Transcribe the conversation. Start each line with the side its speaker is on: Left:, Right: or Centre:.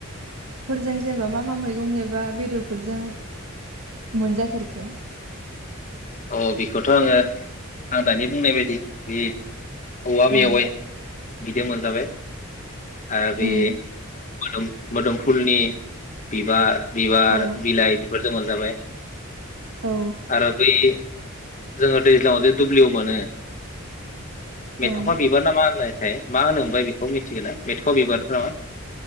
Right: फोरजों जेनेबा मा मा मैगं एबा बेदरफोरजों मोनजाफेरखो?
Left: औ बेखौथ' आङो आं दानि बुंनाय बायदि बि औवा मेवाय
Right: ओं
Left: बिदो मोनजाबाय। आ बि
Right: उम
Left: मोदोम- मोदोमफुलनि बिबा बिबार
Right: औ
Left: बिलाइ बिफोर जोमा जाबाय
Right: औ
Left: आरो बै जोङो दैज्लाङाव जे दुब्लियाव मोनो। मेथका
Right: ओं
Left: बिबार ना मा होननाय? थाय मा होनो ओमबाय बेखौ मिथिगोना मेथका बिबार नामा?